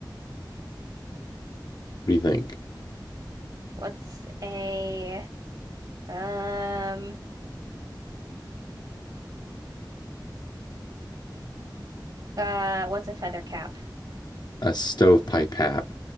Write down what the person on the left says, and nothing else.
What do you think?
A stovepipe hat.